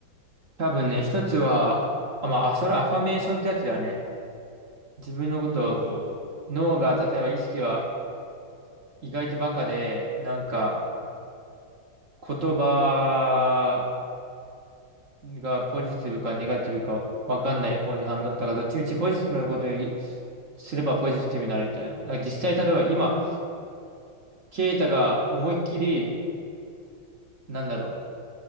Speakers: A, on the right; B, on the left.
A: 多分ね、一つは、あ、まあ、それはアファメーションってやつだよね。自分のこと、
B: そうそうそう。
A: 脳が、例えば意識は意外とバカで、なんか、言葉がポジティブかネガティブかわかんない方に反応、だからどっちみちポジティブなことをいすればポジティブになるみたいな。だから実際、例えば今、ケイタが思いっきり、なんだろう、